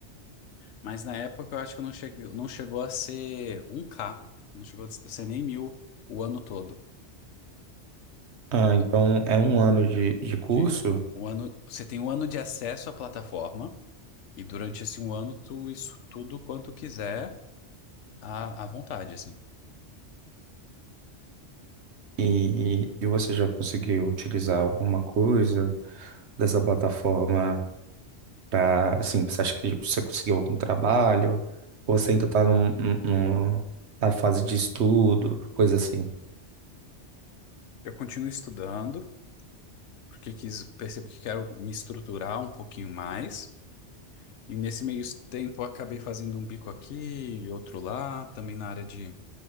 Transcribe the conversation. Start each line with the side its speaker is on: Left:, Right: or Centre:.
Left: Mas na época eu acho que não, chegue, não chegou a ser um k não chegou a ser nem mil o ano todo.
Right: Ah, então é um ano de, de curso
Left: De um ano, você tem um ano de acesso à plataforma e durante esse um ano tu isso tudo quanto quiser à, à vontade, assim.
Right: e, e você já conseguiu utilizar alguma coisa dessa plataforma? Pra, assim, você acha que você conseguiu algum trabalho? Ou você ainda tá num, num- num- na fase de estudo, coisa assim?
Left: Eu continuo estudando porque quis, percebi que quero me estruturar um pouquinho mais. E nesse meio tempo eu acabei fazendo um bico aqui e outro lá, também na área de